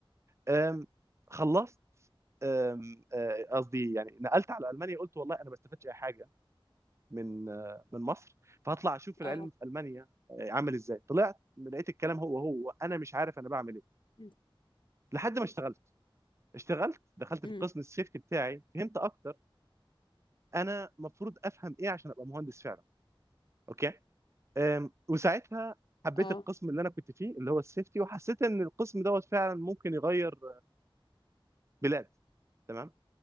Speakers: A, on the right (about 30°); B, on the left (about 60°).
A: آم، خلصت أم- آه، قصدي يعني نقلت على المانيا قلت والله انا ما استفدتش اي حاجه من آه، من مصر فهطلع اشوف العلم
B: اه
A: في المانيا آه، عامل ازاي طلعت لقيت الكلام هو هو انا مش عارف انا بعمل ايه
B: امم
A: لحد ما اشتغلت اشتغلت دخلت
B: امم.
A: في قسم السيفتي بتاعي فهمت اكتر انا المفروض افهم ايه عشان ابقى مهندس فعلا اوكي أم، وساعتها حبيت
B: اه
A: القسم اللي انا كنت فيه اللي هو السيفتي وحسيت ان القسم دوت فعلا ممكن يغير بلاد تمام